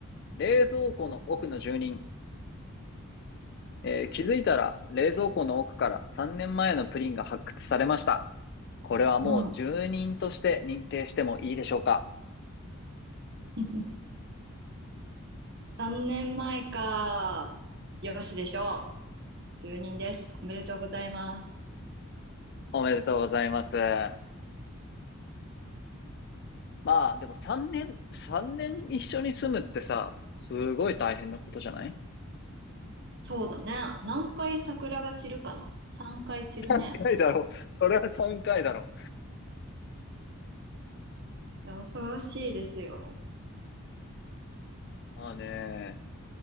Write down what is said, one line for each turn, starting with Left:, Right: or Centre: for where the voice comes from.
Left: 冷蔵庫の奥の住人。えー、
Right: うん。
Left: 気づいたら冷蔵庫の奥から3年前のプリンが発掘されました。これはもう住人として認定してもいいでしょうか
Right: うん <laughs>。3年前か。よしでしょう。1人です。おめでとうございます。
Left: おめでとうございます。まあ、でも3年、3年一緒に住むってさ、すごい大変なことじゃない
Right: そうだね。何回桜が散るかな ?3 回散るね。
Left: 3回だろ。それは3回だろ。
Right: いや恐ろしいですよ。
Left: まあね、